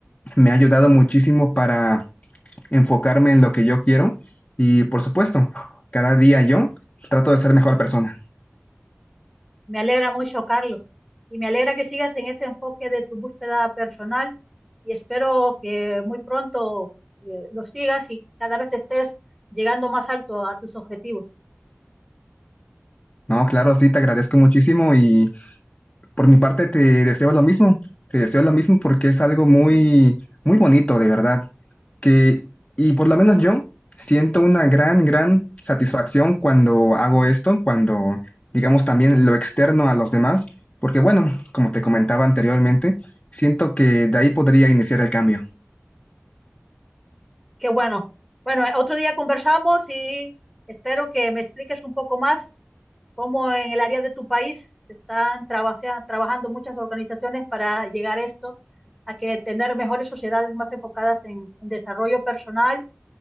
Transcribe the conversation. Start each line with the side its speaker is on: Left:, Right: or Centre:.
Left: me ha ayudado muchísimo para enfocarme en lo que yo quiero y por supuesto, cada día yo trato de ser mejor persona.
Centre: Me alegra mucho, Carlos, y me alegra que sigas en ese enfoque de tu búsqueda personal y espero que muy pronto eh, lo sigas y cada vez estés llegando más alto a tus objetivos.
Left: No, claro, sí, te agradezco muchísimo y por mi parte te deseo lo mismo, te deseo lo mismo porque es algo muy, muy bonito, de verdad, que, y por lo menos yo siento una gran, gran satisfacción cuando hago esto, cuando, digamos, también lo externo a los demás, porque bueno, como te comentaba anteriormente, siento que de ahí podría iniciar el cambio.
Centre: Qué bueno. Bueno, eh, otro día conversamos y espero que me expliques un poco más cómo en el área de tu país se están trabaja- trabajando muchas organizaciones para llegar a esto, a que tener mejores sociedades más enfocadas en, en desarrollo personal